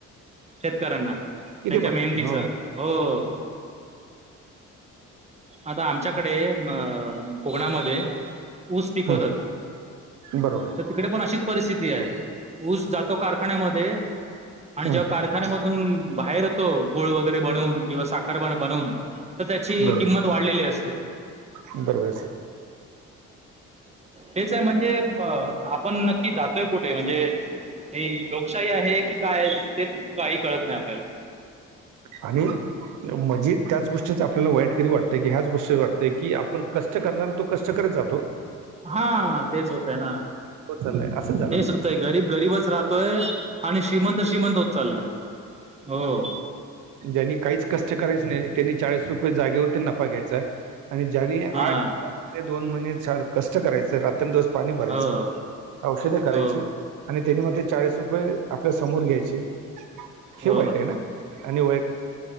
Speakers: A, on the right (about 20°); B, on the right (about 85°).
A: शेतकऱ्यांना
B: किती
A: त्यांच्या
B: भया
A: मेहनतीच. हो आता आमच्याकडे. कोकणा मध्ये ऊस पिकवतात
B: हं, बरोबर आहे
A: तर तिकडे पण अशीच परिस्थिती आहे. ऊस जातो कारखान्यामध्ये आणि
B: हं,
A: जेव्हा कारख कारखान्यामधून बाहेर येतो गूळ वगैरे बनवून किंवा साखर बनवून. तर त्याची
B: बरोबर
A: किंमत वाढलेली असते.
B: बरोबर आहे सर.
A: तेच आहे म्हणजे आपण नक्की जातोय कुठे म्हणजे- हे लोकशाही आहे की काय तेच काही कळत नाही आपल्याला
B: आणि म्हजी त्याच गोष्टीच आपल्याला वाईट कधि वाटतंय की ह्याच गोष्टी वाटतंय की आप पण कष्ट करणार तो कष्ट करत जातो.
A: हा तेच होतय ना.
B: होत चाल लय असच जा.
A: हेच होतय गरीब गरीबच राहतोय आणि श्रीमंत श्रीमंत होत चाललाय. हो.
B: ज्यांनी काहीच कष्ट करायच नाही त्यांनी चाळीस रुपये जागेवरती नफा घ्यायचा. आणि ज्याने
A: हा
B: आठ ते दोन महिने कष्ट करायचे रात दोन दिवस पाणी भरायचं
A: हो
B: औषधे करायची.
A: हो
B: आणि त्यानी मग ते चाळीस रुपये आपल्या समोर घ्यायचे हे
A: हो
B: वाईट आहे ना आणि वाईट